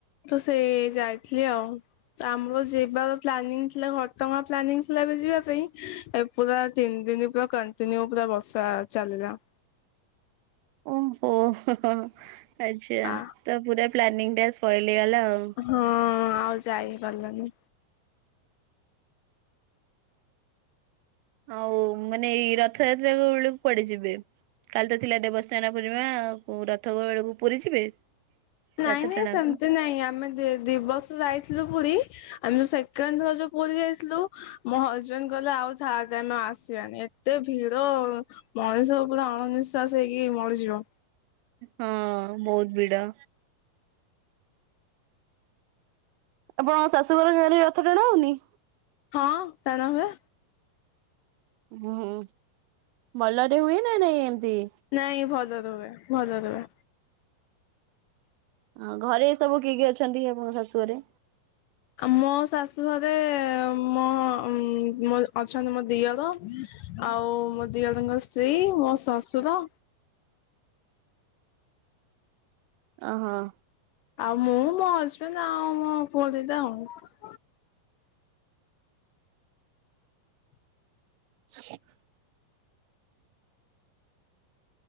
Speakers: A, on the left (about 80°); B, on the right (about 85°).
A: ତ ସେଇ ଯାଇଥିଲି ଆଉ। ଆମର ଯିବାର ପ୍ଲାନିଂ ଥିଲା ଘଟଗାଁ ପ୍ଲାନିଂ ଥିଲା ଏବେ ଯିବା ପାଇଁ ପୁରା ତିନି ଦିନ ପୁରା କଣ୍ଟିନ୍ୟୁ ପୁରା ବର୍ଷା ଚାଲିଲା।
B: ଓହୋ ହୋ ହୋ ହୋ ଆଚ୍ଛା
A: ଆ
B: ତ ପୁରା ପ୍ଲାନିଂ ଟା ସ୍ପଏଲ୍ ହେଇଗଲା ଆଉ।
A: ହଁ ଆଉ ଯାଇ ହେଇ ପାରିଲାନି।
B: ଆଉ ମାନେ ଏଇ ରଥଯାତ୍ରା ବେକୁକୁ କୁଆଡେ ଯିବେ? କାଲି ତ ଥିଲା ଦେବସ୍ନାନ ପୂର୍ଣିମା ଆଉ ରଥ ଗଳକୁ ପୁରୀ ଯିବେ?
A: ନାଇଁ
B: ରଥ
A: ନାଇଁ
B: ଟଣାକୁ
A: ସେମତି ନାଇଁ ଆମେ ଦେ ଦିବସ୍ ଯାଇଥିଲୁ ପୁରୀ ଆମେ ଯୋଉ ସେକେଣ୍ଡ ଥର ଯୋଉ ପୁରୀ ଯାଇଥିଲୁ ମୋ ହଜବେଣ୍ଡ କହିଲେ ଆଉ ଥାଡ୍ ଟାଇମ ଆଉ ଆସିବାନି। ଏତେ ଭିଡ ମଣିଷ ପୁରା ଅଣନିଶ୍ଵାସ ହେଇକି ମରିଯିବ।
B: ହଁ ବହୁତ ଭିଡ। ଆପଣଙ୍କ ଶାଶୁ ଘର ଗାଁରେ ରଥ ଟଣା ହଉନି।
A: ହଁ ଟଣା ହୁଏ।
B: ହୁଁ ହୁଁ। ଭଲରେ ହୁଏ ନା ନାଇଁ ଏମତି?
A: ନାଇଁ ଭଲ ରେ ହୁଏ। ଭଲ ରେ ହୁଏ।
B: ହଁ ଘରେ ସବୁ କିଏ କିଏ ଅଛନ୍ତି ଆପଣଙ୍କ ଶାଶୁ ଘରେ?
A: ଆମ ଶାଶୁ ଘରେ ମୋ ମୋ ଅଛନ୍ତି ମୋ ଦିଅର ଆଉ ମୋ ଦିଅରଙ୍କ ସ୍ତ୍ରୀ ମୋ ଶଶୁର
B: ଅ ହଁ।
A: ଆଉ ମୁଁ ମୋ ହଜବେଣ୍ଡ ଆଉ ମୋ ପୁଅ ଦିଟା ଆଉ।
B: <inaudible>